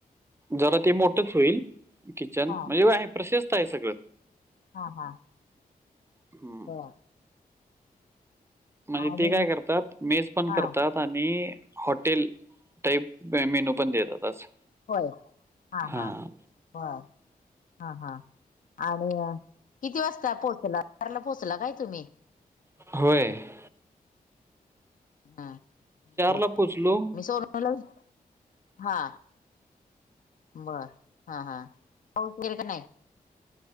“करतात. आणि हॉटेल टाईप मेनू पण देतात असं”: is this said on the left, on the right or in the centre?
Right